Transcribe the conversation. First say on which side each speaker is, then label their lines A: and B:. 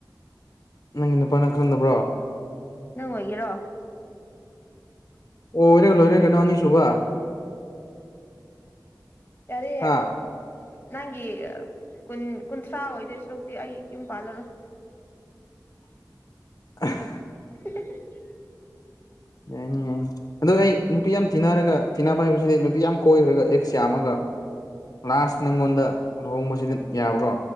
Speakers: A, on the left; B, on the left.
A: ꯅꯪꯒꯤ ꯅꯨꯄꯥꯅꯪ ꯈꯪꯕ꯭ꯔꯣ
B: ꯅꯪ ꯑꯣꯏꯒꯦꯔꯣ
A: ꯑꯣ ꯑꯣꯏꯔꯦꯒ ꯂꯣꯏꯔꯦ ꯀꯩꯅꯣ ꯑꯅꯤꯁꯨꯕ
B: ꯌꯥꯔꯦ
A: ꯍꯥ
B: ꯌꯥꯔꯦ ꯅꯪꯒꯤ ꯀꯨꯟ ꯀꯨꯟꯊ꯭ꯔꯥ ꯑꯣꯏꯗꯣꯏ ꯁꯣꯔꯣꯛꯇꯤ ꯑꯩ ꯌꯨꯝ ꯄꯥꯜꯂꯔꯣꯏ
A: <unintelligible>
B: <inaudible> <inaudible>
A: ꯌꯥꯏꯅꯦ ꯌꯥꯏꯅꯦ ꯑꯗꯣ ꯑꯩ ꯅꯨꯄꯤ ꯌꯥꯝ ꯇꯤꯟꯅꯔꯒ ꯇꯤꯟꯅꯕ ꯍꯥꯏꯕꯁꯤꯗꯤ ꯅꯨꯄꯤ ꯌꯥꯝ ꯀꯣꯏꯈ꯭ꯔꯒ ꯑꯦꯛꯁ ꯌꯥꯝꯃꯒ ꯂꯥꯁ ꯅꯪꯉꯣꯟꯗ ꯂꯨꯍꯣꯡꯕꯁꯤꯗꯤ ꯌꯥꯕ꯭ꯔꯣ